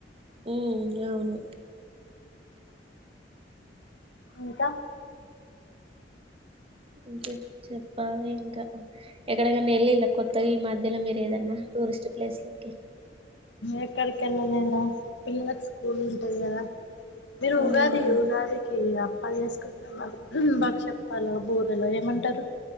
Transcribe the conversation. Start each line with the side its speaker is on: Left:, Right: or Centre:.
Right: ఉ అవును
Left: ఇంకా
Right: ఇంక చెప్పాలి ఇంకా ఎక్కడకనా వెళ్లిలా కొత్తగా ఈ మధ్యలో మీరు ఏదన్నా టూరిస్ట్ ప్లేస్ లోకే
Left: ఎక్కడికి వెళ్ళలేదరా పిల్లలకు స్కూల్ ఉంటది కదా మీరు ఉగాది
Right: అవునా
Left: ఉగాదికి లు చేసుకుంటర బాక్షప్పాలు బూరలు ఏమంటారు